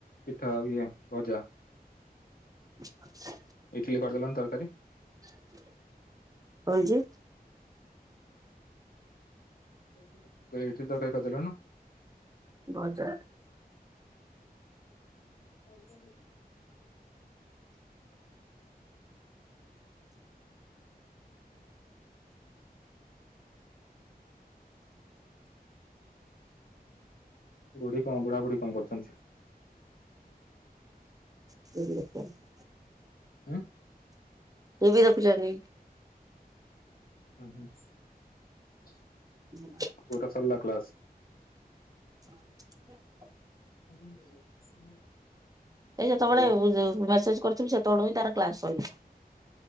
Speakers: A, on the left; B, on the right.
A: ପିଠା ଆଉ ଇଏ ଭଜା।
B: <inaudible>
A: ଇଟିଲି କରି ଦେଲନି ତରକାରୀ
B: <inaudible> କଂ ହେଇଚି।
A: ମୁଁ କ ଇ ଇଟିଲି ତରକାରୀ କରି ଦେଲୁନୁ।
B: ଭଜା।
A: <unintelligible> <unintelligible> <unintelligible> ବୁଢ଼ୀ କଣ ବୁଢ଼ା ବୁଢ଼ୀ କଣ କରୁଛନ୍ତି।
B: ସେ ଏଇଠି ବସିଚନ୍ତି।
A: ଉଁ।
B: ଟିଭି ଦେଖୁଚନ୍ତି।
A: <unintelligible>
B: <inaudible>
A: ପୁଅର ସରିଲା କ୍ଲାସ୍?
B: <inaudible>
A: <inaudible>
B: ଏ ଯେତେବେଳେ
A: ଭଲ
B: ଯୋଉ ମେସେଜ୍ କରୁଥିଲୁ ସେତେବେଳେ ହିଁ ତାର କ୍ଲାସ୍ ସଇଲା।